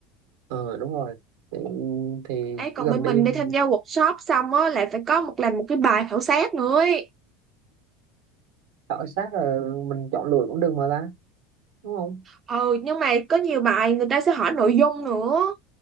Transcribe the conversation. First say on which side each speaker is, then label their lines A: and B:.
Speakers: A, on the right; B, on the right.
A: ờ đúng rồi thì, thì
B: ấy còn
A: chỉ cần
B: bên
A: đi
B: mình đi tham
A: mình
B: gia workshop xong á là phải có một làm một cái bài khảo sát nữa ấy.
A: khảo sát rồi mình chọn lựa cũng được mà ta đúng không
B: ừ nhưng mà có nhiều bài người ta sẽ hỏi nội dung nữa